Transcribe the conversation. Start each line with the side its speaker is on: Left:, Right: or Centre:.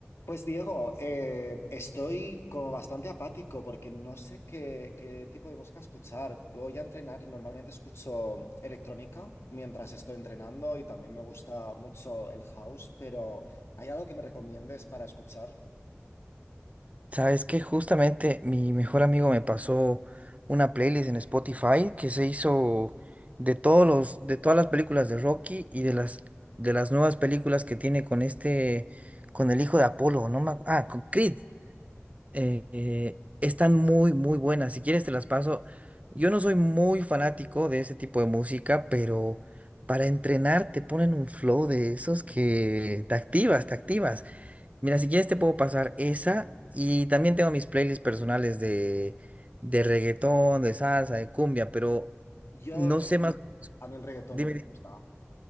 Left: Pues Diego, eh, estoy como bastante apático porque no sé qué, qué tipo de música escuchar. Voy a entrenar y normalmente escucho electrónica mientras estoy entrenando y también me gusta mucho el house, pero ¿hay algo que me recomiendes para escuchar?
Right: Sabes que justamente mi mejor amigo me pasó una playlist en Spotify que se hizo de todos los, de todas las películas de Rocky y de las de las nuevas películas que tiene con este, con el hijo de Apolo, no me acu- ah, con Creed. Eh, eh, están muy, muy buenas. Si quieres te las paso. Yo no soy muy fanático de ese tipo de música, pero para entrenar te ponen un flow de esos que te activas, te activas. Mira, si quieres te puedo pasar esa y también tengo mis playlists personales de, de reggaetón, de salsa, de cumbia, pero
Left: Yo,
Right: no sé más.
Left: a mí el reggaetón
Right: Dime,
Left: no me
Right: dime.
Left: gusta,